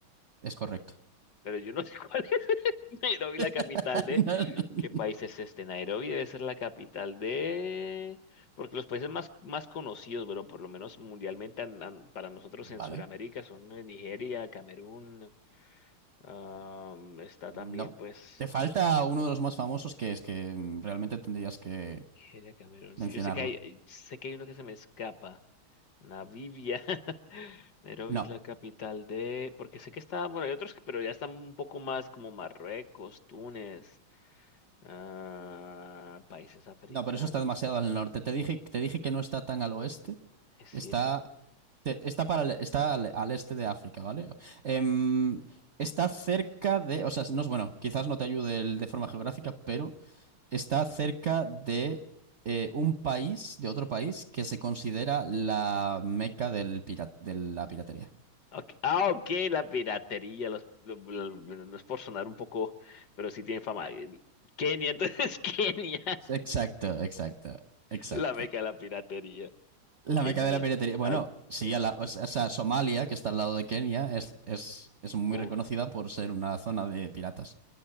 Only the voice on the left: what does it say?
pero yo no sé <laughs> cuál es Nairobi, la capital
de... ¿Qué país es este? Nairobi debe ser la capital de... Porque los países más, más conocidos, bueno, por lo menos mundialmente an- an- para nosotros en
Sudamérica son eh, Nigeria, Camerún, am, está
también pues...
Nigeria, Camerún.
Sí, yo sé que hay, eh, sé que hay uno que se me escapa. Namibia. <laughs> Nairobi
es la capital de... Porque sé que estaba bueno, hay otros, pero ya están un poco más como Marruecos, Túnez, ah, países africanos.
Es sí,
eso.
Ok- Ah, ok, la piratería. Los, lo- lo- lo- no es por sonar un poco, pero sí tiene fama. Eh, Kenia, entonces <laughs> Kenia.
La meca de la piratería.
Kenia.
Ah,
uf,